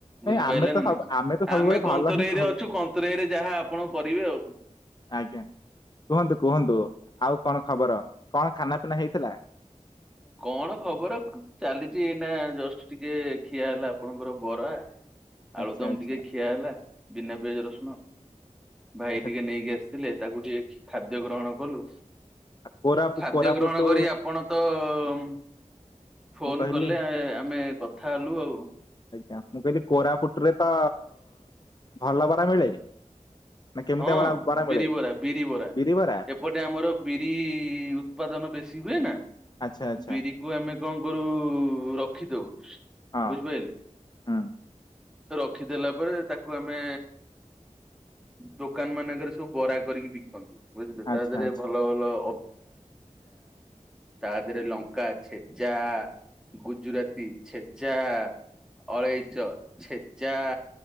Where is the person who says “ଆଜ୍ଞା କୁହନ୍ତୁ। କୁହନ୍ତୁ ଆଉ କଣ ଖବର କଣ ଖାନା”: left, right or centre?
Left